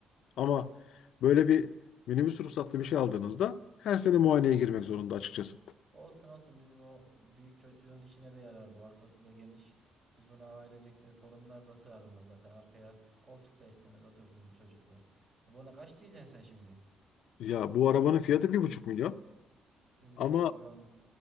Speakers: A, on the left; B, on the right.
A: Ama böyle bir minibüs ruhsatlı bir şey aldığınızda her sene muayeneye girmek zorunda açıkçası.
B: Olsun olsun bizim o büyük çocuğun işine de yarar bu. Arkası da geniş. Biz buna ailecek de torunlar da sığar buna zaten. Arkaya koltuk da istemez otursun çocuklar. Buna kaç diyeceksin sen şimdi?
A: Ya bu arabanın fiyatı bir buçuk milyon.
B: Bir buçuk
A: Ama
B: milyon